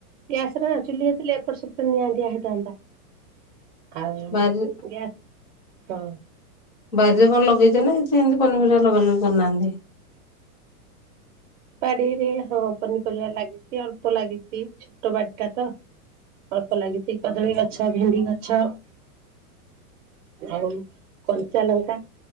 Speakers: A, on the right (about 55°); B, on the left (about 30°).
A: ଗ୍ୟାସ ରେ ଚୁଲି ହେଇଥିଲେ ଏପଟ ସପଟ ନିଆଁ ଦିଆ ହେଇ ତାନ୍ତା ଆଉ
B: ବାରି
A: ଗ୍ୟାସ୍ ହଁ।
B: ବାରିରେ କଣ ଲଗେଇଛ ନା କିଛି ଏମତି ପନିପରିବା ଲଗା ଲଗି କରିନାହାନ୍ତି?
A: ବାଡିରେ ହଁ ପନିପରିବା ଲାଗିଚି ଅଳ୍ପ ଲାଗିଚି ଛୋଟ ବାଡି ଟା ତ। ଅଳ୍ପ ଲାଗିଚି କଦଳୀ ଗଛ, ଭେଣ୍ଡି ଗଛ। ଆଉ କଞ୍ଚାଲଙ୍କା,